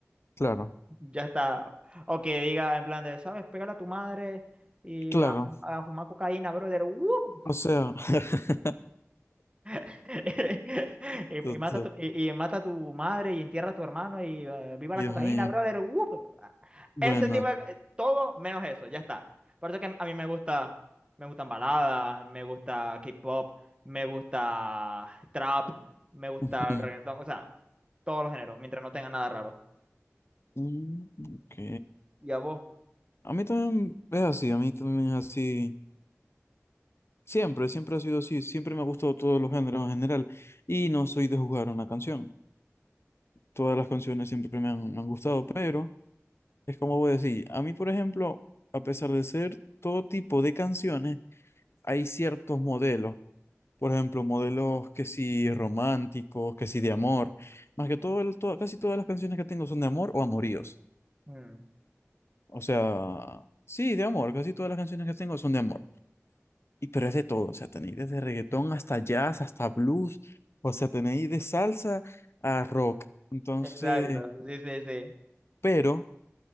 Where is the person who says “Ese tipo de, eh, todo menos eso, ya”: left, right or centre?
Right